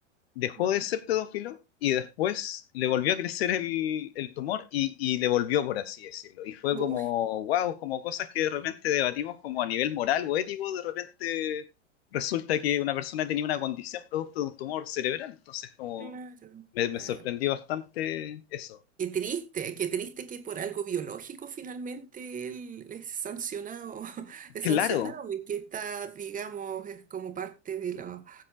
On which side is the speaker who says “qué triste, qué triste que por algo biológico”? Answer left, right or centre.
Right